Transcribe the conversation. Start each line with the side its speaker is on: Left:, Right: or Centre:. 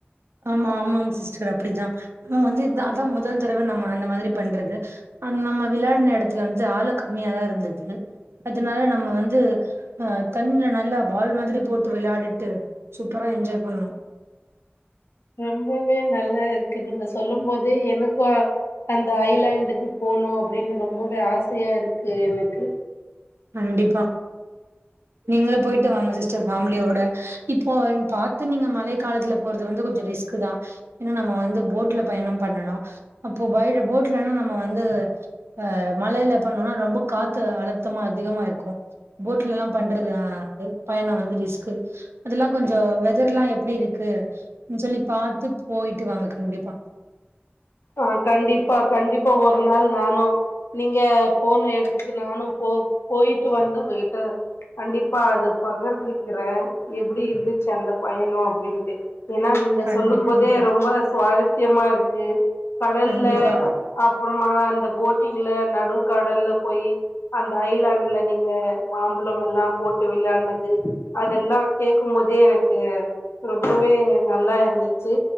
Right: ஆமா ஆமாங்க சிஸ்டர் அப்படிதான் இன் வந்து அதான் முதல் தடவை நம்ம அந்த மாதிரி பண்றது அ நம்ம விளையாடின இடத்துல வந்து ஆழ கம்மியாதான் இருந்தது அதனால நம்ம வந்து ஆ தண்ணல நல்லா பால் மாதிரி போட்டு விளையாடிட்டு சூப்பரா என்ஜாய் பண்ணோம்
Left: ரொம்பவே நல்லா இருக்கு நீங்க சொல்லும் போதே எனக்கு அந்த ஐலாண்டுக்கு போனும் அப்படின்னு ரொம்பவே ஆசையா இருக்கு எனக்கு
Right: கண்டிப்பா நீங்களும் போயிட்டு வாங்க சிஸ்டர் ஃபேமிலியோட இப்போ பாத்து நீங்க மழை காலத்துல போறது வந்து கொஞ்சம் ரிஸ்க் க்குதான் ஏன்னா நம்ம வந்து போட்ல பயணம் பண்ணனும் அப்போ பயட போட்லனா நம்ம வந்து அ மழையில பண்ணோம்னா ரொம்ப காத்து அள த்தமா அதிகமா இருக்கும் போட்ல எல்லாம் பண்றது பயணம் வந்து ரிஸ்கு அதெல்லாம் கொஞ்சம் வெதர் எல்லாம் எப்படி இருக் கு சொல்லி பாத்து போயிட்டு வாங்க கண்டிப்பா
Left: ஆ கண்டிப்பா கண்டிப்பா ஒரு நாள் நானும் நீங்க போன எடத்துக்கு நானும் போ போயிட்டு வந்து உங்ககிட்ட கண்டிப்பா அது பகர்ந்துக்கிறேன் எப்டி இருந்துச்சு அந்த பயணம் அப்டின்ட்டு ஏன்னா நீ ங்க
Right: கண்டிப்பாங்க
Left: சொல்லும் போதே
Right: தோழி
Left: ரொம்ப சுவாரஸ்யமா இருக்கு கடல்ல
Right: கண்டிப்பா
Left: அப்புறமா இந்த போட்டிங்ல நடுக்கடல்ல போயி் அந்த ஐலாண்ட்ல நீங்க மாம்பழம் எல்லாம் போட்டு விளையாட்னது அதெல்லா கேக்கும்போதே எனக்கு ரொம்பவே நல்லா இருந்துச்சு